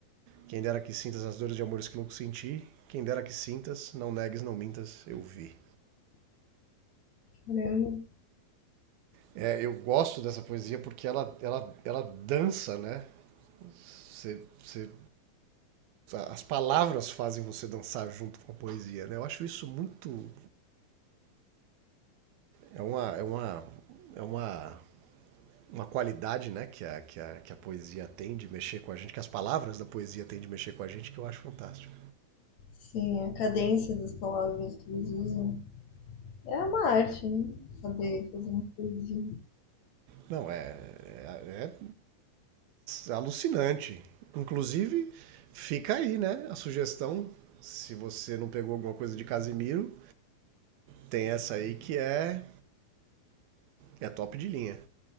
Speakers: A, on the right; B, on the left.
A: Quem dera que sintas as dores de amores que louco senti, quem dera que sintas, não negues, não mintas, eu vi.
B: Caramba.
A: É, eu gosto dessa poesia porque ela, ela, ela dança, né? Você, você, as palavras fazem você dançar junto com a poesia, né? Eu acho isso muito. É uma, é uma, é uma, uma qualidade, né? Que a, que, a, que a poesia tem de mexer com a gente, que as palavras da poesia tem de mexer com a gente, que eu acho fantástico.
B: Sim, a cadência das palavras que eles usam. É uma arte, né? Saber fazer um poesia.
A: Não, é, é, é alucinante. Inclusive, fica aí, né? A sugestão, se você não pegou alguma coisa de Casimiro, tem essa aí que é, é top de linha.